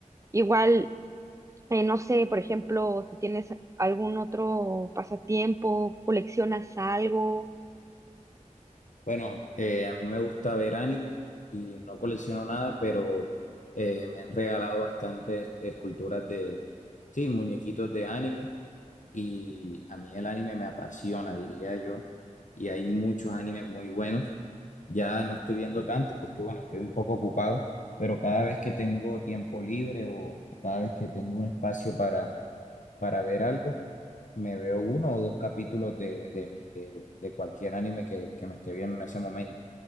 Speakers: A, on the right; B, on the left.
A: Igual, eh, no sé, por ejemplo, si tienes algún otro pasatiempo, coleccionas algo,
B: Bueno, eh, a mí me gusta ver anime y no colecciono nada, pero eh, me han regalado bastantes esculturas de, sí, muñequitos de anime y a mí el anime me apasiona, diría yo, y hay muchos animes muy buenos. Ya no estoy viendo tanto porque, bueno, estoy un poco ocupado, pero cada vez que tengo tiempo libre o cada vez que tengo un espacio para, para ver algo, me veo uno o dos capítulos de, de, de, de cualquier anime que, que me esté viendo en ese momento.